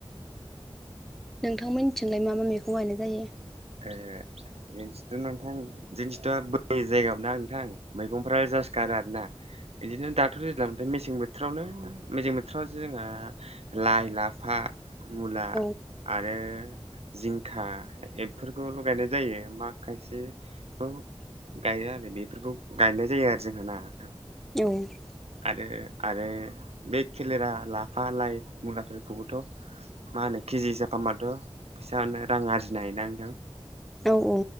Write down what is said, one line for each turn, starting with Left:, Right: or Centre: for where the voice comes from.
Centre: नोंथांमोननिथिंलाय मा मा मैगं गायनाय जायो?
Right: ओ जोंनिथिथ' नोंथां जोंनिथिंथ' बोरि जायगाबोना नोंथां। मैगंफ्रा जासो गारो आरोना। बिदिनो दाथ' दैज्लां बोथोर मेसें बोथोरावनो मेसें बोथोरावसो जोंहा लाइ, लाफा, मुला,
Centre: औ
Right: आरो जिंखा फोरखौल' गायनाय जायो मा खायसेखौ गायो आरो बेफोरखौ गायनाय जायो आरो जोंहा ना नोंथां।
Centre: <unintelligible>
Right: आरो आरो बे खेलेरा लाफा लाइ मुलाफोरखौबोथ' मा होनो केजि हिसाब फानबाथ' फैसानो रां आरजिनो हायोना नोंथां।
Centre: औ औ।